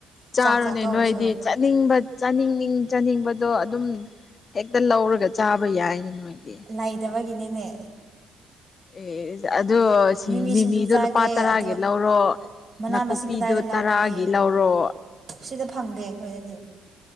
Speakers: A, on the left; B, on the right.
A: ꯆꯥꯔꯨꯅꯦ
B: ꯆꯥꯛ ꯆꯥꯠꯇꯣꯛꯑꯁꯨ
A: ꯅꯣꯏꯗꯤ ꯆꯠ ꯆꯥꯅꯤꯡꯕ ꯆꯥꯅꯤꯡ ꯆꯥꯅꯤꯡꯕꯗꯣ ꯑꯗꯨꯝ ꯍꯦꯛꯇ ꯂꯧꯔꯒ ꯆꯥꯕ ꯌꯥꯏꯅꯤ ꯅꯣꯏꯗꯤ
B: ꯂꯩꯇꯕꯒꯤꯅꯤꯅꯦ
A: ꯑꯦ ꯑꯗꯣ ꯁꯤꯡ
B: ꯃꯤꯃꯤ
A: ꯃꯤꯃꯤꯗꯣ
B: ꯁꯤꯡꯖꯨ ꯆꯥꯒꯦ
A: ꯂꯨꯄꯥ ꯇꯔꯥꯒꯤ
B: ꯑꯗꯣ
A: ꯂꯧꯔꯣ
B: ꯃꯅꯥ
A: ꯅꯥꯀꯨꯞꯄꯤꯗꯨꯣ
B: ꯃꯁꯤꯡ ꯀꯗꯥꯏꯗ ꯂꯧꯒꯅꯤ
A: ꯇꯔꯥꯒꯤ ꯂꯧꯔꯣ
B: ꯁꯤꯗ ꯐꯪꯗꯦ ꯑꯩꯈꯣꯏꯗꯗꯤ